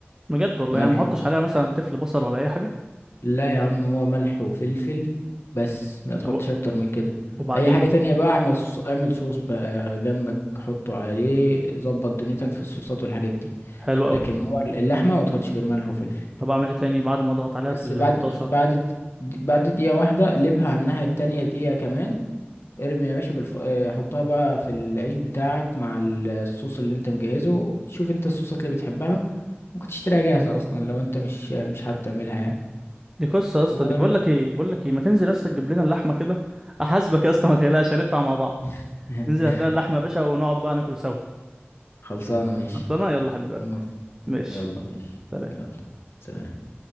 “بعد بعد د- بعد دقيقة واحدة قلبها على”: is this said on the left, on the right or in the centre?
Left